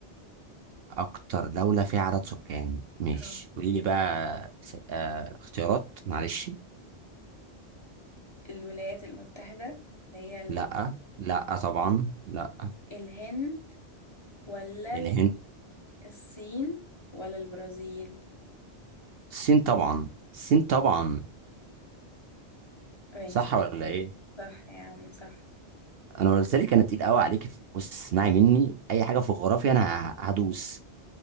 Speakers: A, on the right; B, on the left.
A: اكتر دولة فيها عدد سكان ماشي
B: اه
A: قولي لي بقى س- آه اختيارات معلش
B: الولايات المتحدة اللي هي ال...
A: لا لا طبعا
B: م.
A: لا
B: الهند ولا
A: الهند
B: ال- الصين ولا البرازيل
A: الصين طبعا الصين طبعا
B: ماشي
A: صح ولا ايه
B: صح يا عم صح
A: انا قلت لك انا تقيل قوي عليك بص اسمعي مني اي حاجة في الجغرافيا انا ه- هدوس